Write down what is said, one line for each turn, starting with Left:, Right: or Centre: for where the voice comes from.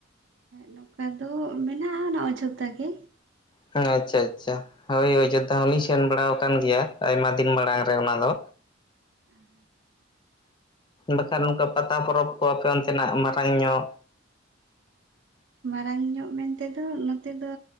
Right: ᱱᱚᱝᱠᱟ ᱫᱚ ᱢᱮᱱᱟᱜᱼᱟ ᱱᱚᱜᱼᱚ ᱡᱷᱚᱛᱚ ᱜᱮ
Left: ᱦᱮᱸ ᱟᱪᱪᱷᱟ ᱟᱪᱪᱷᱟ
Right: ᱟᱨ
Left: ᱦᱳᱭ ᱚᱡᱳᱫᱽᱫᱷᱟ ᱦᱚᱸᱞᱤᱧ ᱥᱮᱱ ᱵᱟᱲᱟᱣ ᱠᱟᱱ ᱜᱮᱭᱟ ᱟᱭᱢᱟ ᱫᱤᱱ ᱢᱟᱲᱟᱝ ᱨᱮ ᱚᱱᱟ ᱫᱚ
Right: ᱚᱸ
Left: ᱵᱟᱠᱷᱟᱱ ᱚᱱᱠᱟ ᱯᱟᱛᱟ ᱯᱚᱨᱚᱵᱽ ᱠᱚ ᱟᱯᱮ ᱚᱱᱛᱮᱱᱟᱜ ᱢᱟᱨᱟᱝ ᱧᱚᱜ
Right: ᱢᱟᱨᱟᱝ ᱧᱚᱜ ᱢᱮᱱ ᱛᱮ ᱫᱚ ᱱᱚᱛᱮ ᱫᱚ